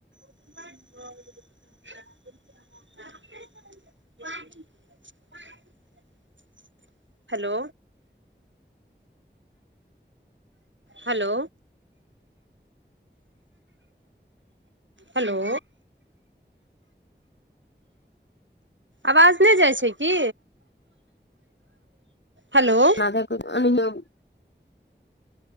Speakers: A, on the right; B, on the left.
A: <unintelligible> ब हेलो हैेलो हेलो आवाज नहि जाइ छै की हेलो
B: ज्यादा क एहीमे